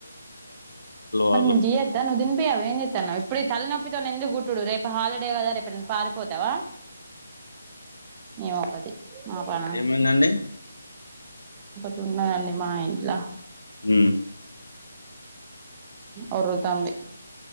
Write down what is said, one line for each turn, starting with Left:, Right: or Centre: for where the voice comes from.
Left: వాళ్ళు.
Right: మ జియా నువ్ తిన్పి అవ ఏన్తా నవ్ ఇప్పు తల నొప్పితవ్ న ఎందుకు గు చడు రేపు హాలిడే కదా రేపు నే పారిపోతావా ఏమది మా పనికిక
Left: ఏమైందండి?
Right: తన్నగాడి మాట్లా
Left: హ
Right: అర తంది